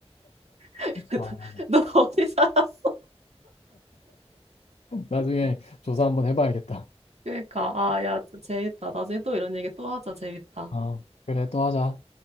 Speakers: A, on the right; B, on the left.
A: <laughs>
B: 와
A: 너 어디 살았어?
B: 나중에 조사 한번 해봐야겠다.
A: 그러니까 아, 야, 좀 재밌다. 나중에 또 이런 얘기 또 하자. 재밌다.
B: 아 그래 또 하자.